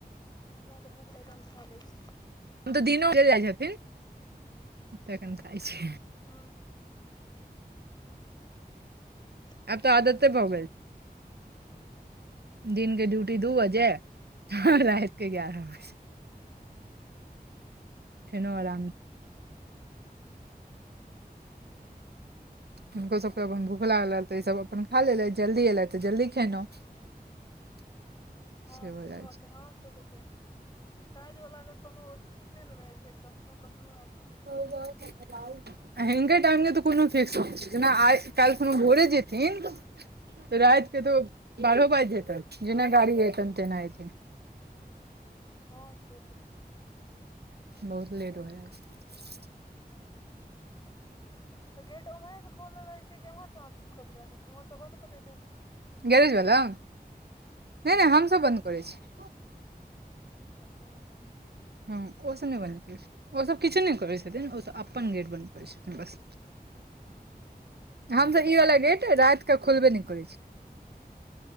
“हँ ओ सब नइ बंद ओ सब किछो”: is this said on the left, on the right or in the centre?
Right